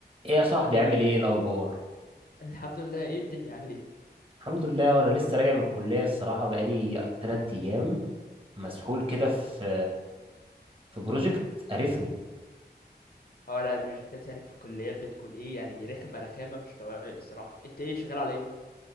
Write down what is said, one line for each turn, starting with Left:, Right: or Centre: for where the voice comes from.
Right: ايه يا صاحبي عامل ايه الاخبار
Left: الحمد لله ايه الدنيا عامل ايه
Right: الحمد لله وانا لسه راجع من الكليه الصراحه بقالي تلات ايام مسحول كده في في بروجكت قرفني
Left: اه لا البروجكتات يعني في الكليات بتكون ايه يعني رخمه رخامه مش طبيعيه الصراحه انت ايه شغال على ايه